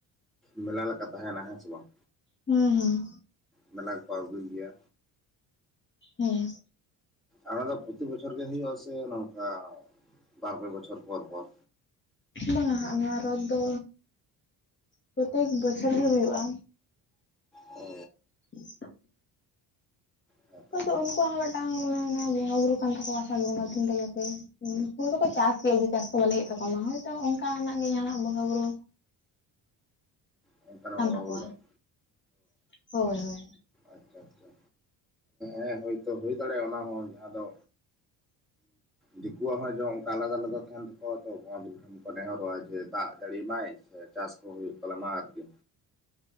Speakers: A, in the centre; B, on the left.
A: ᱢᱮᱞᱟ ᱞᱮᱠᱟ ᱛᱟᱦᱮᱱᱟ ᱦᱮᱸ ᱥᱮ ᱵᱟᱝ
B: ᱦᱩᱸ ᱦᱩᱸ
A: ᱢᱮᱞᱟ ᱠᱚᱠᱚ ᱟᱹᱜᱩᱭ ᱜᱮᱭᱟ?
B: ᱦᱮᱸ
A: ᱟᱞᱮ ᱫᱚ ᱯᱩᱛᱤ ᱵᱚᱪᱷᱚᱨ ᱜᱮ ᱦᱩᱭᱩᱜ-ᱟ? ᱥᱮ ᱱᱚᱝᱠᱟ ᱵᱟᱨᱯᱮ ᱵᱚᱪᱷᱚᱨ ᱯᱚᱨ ᱯᱚᱨ
B: ᱵᱟᱝ-ᱟ ᱦᱟᱸᱜ ᱱᱚᱣᱟ ᱨᱚᱛ ᱫᱚ ᱯᱚᱛᱮᱠ ᱵᱚᱪᱷᱚᱨ ᱜᱮ ᱦᱳᱭᱳᱜᱼᱟ
A: ᱚ
B: <unintelligible>
A: ᱦᱮᱸᱛᱚ
B: ᱚᱱᱟᱛᱚ ᱩᱱᱠᱩᱣᱟᱜ ᱦᱚᱸ ᱢᱤᱫᱴᱟᱝ ᱢᱟᱱᱮ ᱚᱱᱟ ᱵᱚᱸᱜᱟ ᱵᱩᱨᱩ ᱠᱟᱱ ᱛᱟᱠᱚᱣᱟ ᱟᱥᱟᱲ ᱵᱚᱸᱜᱟ ᱫᱤᱱ ᱨᱮ ᱡᱟᱛᱮ ᱦᱩᱸ ᱱᱩᱠᱩ ᱫᱚᱠᱚ ᱪᱟᱥ ᱜᱮᱭᱟ ᱡᱮ ᱪᱟᱥ ᱠᱚ ᱵᱟᱞᱮ ᱦᱩᱭᱩᱜ ᱛᱟᱠᱚ ᱢᱟ ᱦᱳᱭᱛᱳ ᱚᱱᱠᱟᱱᱟᱜ ᱜᱮ ᱡᱟᱦᱟᱱᱟᱜ ᱵᱚᱸᱜᱟ ᱵᱩᱨᱩ
A: ᱚᱱᱠᱟᱱᱟᱜ
B: ᱠᱟᱱ
A: ᱵᱚᱸᱜᱟ
B: ᱛᱟᱠᱚᱣᱟ
A: ᱵᱩᱨᱩ ᱵᱟᱝ
B: ᱦᱳᱭ ᱦᱳᱭ
A: ᱟᱪᱷᱟ ᱟᱪᱷᱟ ᱦᱮᱸ ᱦᱳᱭᱛᱳ ᱦᱩᱭ ᱫᱟᱲᱮᱭᱟᱜᱼᱟ ᱚᱱᱟ ᱦᱚᱸ ᱡᱟᱦᱟᱸ ᱫᱚᱼᱼ ᱫᱤᱠᱩᱣᱟᱜ ᱦᱚᱸ ᱡᱮ ᱚᱱᱠᱟ ᱟᱞᱟᱫᱟ ᱟᱞᱟᱫᱟ ᱛᱟᱦᱮᱱ ᱛᱟᱠᱚᱣᱟ ᱛᱚᱼᱼ ᱱᱮᱦᱚᱨᱚᱜᱼᱟ ᱡᱮ ᱫᱟᱜ ᱡᱟᱹᱲᱤ ᱢᱟᱭ ᱥᱮ ᱪᱟᱥ ᱠᱚ ᱦᱩᱭᱩᱜ ᱛᱟᱞᱮ ᱢᱟ ᱟᱨᱠᱤ